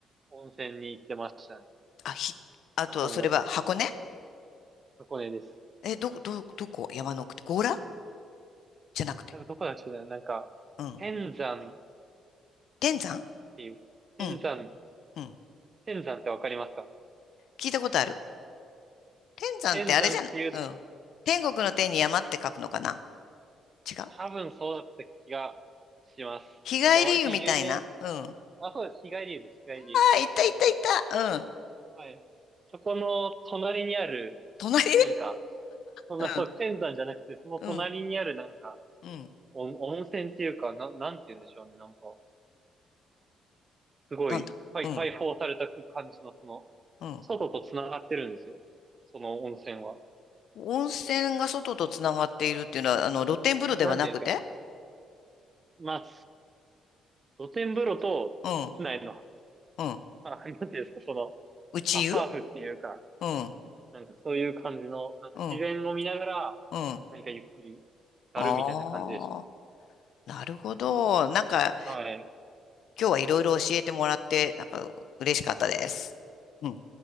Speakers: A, on the right; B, on the left.
A: 温泉に行ってましたね。
B: あ、ひ、あと、
A: 箱根だった。
B: それは箱根
A: 箱根です。
B: え、ど、ど、どこ山の奥って強羅じゃなくて。
A: なんかどこだっけな、なんか、
B: うん。
A: 天山
B: 天山
A: っていう。天山、
B: うん。うん。
A: 天山ってわかりますか
B: 聞いたことある。天山ってあれじゃないうん。
A: 天山っていう、
B: 天国の天に山って書くのかな違う
A: 多分そうだった気がします。
B: 日帰り湯みたいなうん。
A: なんか割と有名、
B: あ
A: あ、そうです。日帰り湯です。日帰り湯。
B: あ、いたいたいた。うん。
A: はい。そこの隣にある、
B: 隣ね。
A: なんか、そんな、
B: う
A: そう、天山じゃなくて、その隣にあるなんか、
B: ん。うん。うん。
A: 温温泉っていうか、な、なんて言うんでしょうね。なんか、すごい、
B: なんだ。
A: はい、
B: うん。
A: 開放された感じの、その、
B: うん。
A: 外と繋がってるんですよ。その温泉は。
B: 温泉が外とつながっているっていうのは、あの、露天風呂ではなくて
A: な、なんていうんですか。まあ、露天風呂と、
B: うん、
A: 室内の、
B: うん。
A: あ、なんていうんですか、その、
B: 内湯
A: あ、ハーフっていうか、
B: うん、
A: なんかそういう感じの、なんか自然を見ながら、
B: うん、うん。
A: 何かゆっくり、やるみたいな感じでし
B: ああ、なるほど。なんか、
A: た。はい。
B: 今日はいろいろ教えてもらって、なんか、嬉しかったです。うん